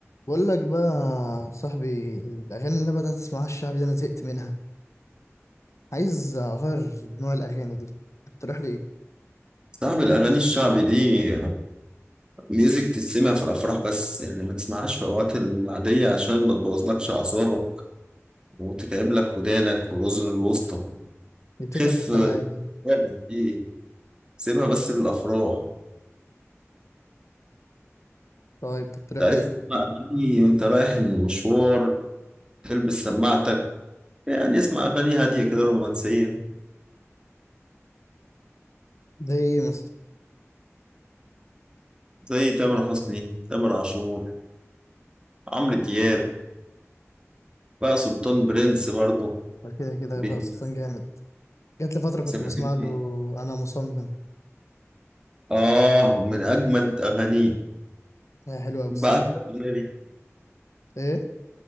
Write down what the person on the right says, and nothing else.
صعب الأغاني الشعبي دي ميوزك تسمع في الأفراح بس يعني ما تسمعهاش في الأوقات العادية عشان ما تبوظلكش أعصابك وتتعب لك ودانك والأذن الوسطى
خف
خالص دي سيبها بس للأفراح
ده
عايز
تسمع
أغاني وأنت رايح المشوار تلبس سماعتك يعني اسمع أغاني هادية كده رومانسية
زي تامر حسني تامر عاشور عمرو دياب بقى سلطان برنس برضه
بي-
سمعتني
آه من أجمد أغانيه
بعشق
الأغنية دي